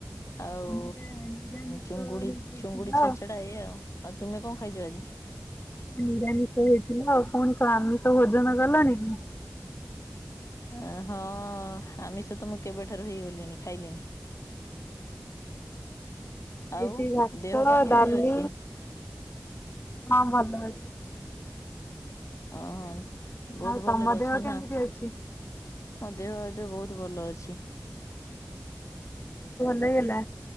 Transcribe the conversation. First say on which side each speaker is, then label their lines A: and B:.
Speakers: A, on the left; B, on the left.
A: ଆଉ
B: ନିରାମିଷ
A: ଚୁଙ୍ଗୁଡି
B: ହେଇଯାଇଥିଲା
A: ଚୁଙ୍ଗୁଡି ଛେଚେଡା ଏଇଆଉ, ଆଉ ତୁମେ କଣ ଖା ଖାଇଚ ଆଜି?
B: ନିରାମିଷ ହେଇଥିଲା ଆଉ ପୁଣି କଣ ଆମିଷ ଭୋଜନ କଲଣି କି?
A: ଅ ହଁ ଆମିଷ ତ ମୁଁ କେବେଠାରୁ ହେଇଗଲିଣି ଖାଇଲିଣି।
B: ହେଇଛି
A: ଆଉ
B: ଭାତ,
A: ଦେହ ପା କେମିତି
B: ଡାଲି
A: ଅଛି?
B: ହଁ ଭଲ ଅଛି।
A: ଓହୋ ବହୁତ
B: ଆଉ ତମ
A: ଭଲରେ
B: ଦେହ
A: ଅଛ
B: କେମିତି
A: ନା?
B: ଅଛି?
A: ମୋ ଦେହ ଏବେ ବହୁତ ଭଲ ଅଛି।
B: ହେଲା